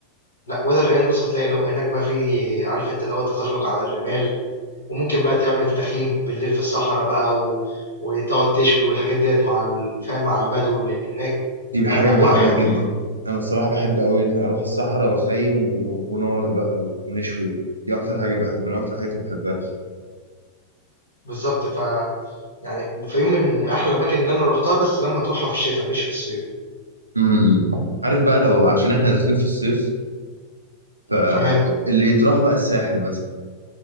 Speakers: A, on the left; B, on the right.
A: لأ، وادي الريان بُص هتلاقي لو هناك بقى في عارف أنت اللي هو التزحلق على الرمال، وممكن بقى تعمل تخييم بالليل في الصحرا بقى و وتقعد تشوي والحاجات ديّة مع ال فاهم، مع البدو اللي هناك،
B: دي
A: فلأ،
B: حاجه
A: أجواء
B: انا بحبها
A: حلوة
B: جدا
A: بصراحة.
B: انا الصراحه بحب قوي اروح الصحراء واخيم و... ونار بقى ونشوي دي اكتر حاجه بحب من اكتر الحاجات اللي بحبها
A: بالضبط، ف يعني الفيوم من أحلى الأماكن اللي أنا رُحتها بس لمّا تروحها في الشتا مش في الصيف.
B: امم امم. عارف بقى لو عشان احنا داخلين في الصيف فاللي
A: تمام،
B: يتراح بقى الساحل مثلا